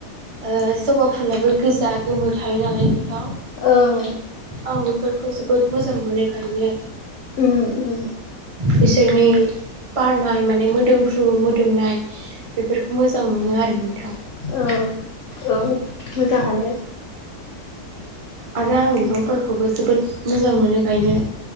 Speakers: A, on the right; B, on the left.
A: ओ जबा फुलबो गोजा गोमो थायो नालाय नोंथां।
B: औ।
A: आं बेफोरखौ जोबोद मोजां मोनो गायनो।
B: उम उम।
A: बिसोरनि बारनाय माने मोदोमफ्रु मोदोमनाय। बेफोरखौ मोजां मोनो आरो नोंथां।
B: औ औ मोजांङानो।
A: आरो आं बिफांफोरखौबो जोबोद मोजां मोनो गायनो।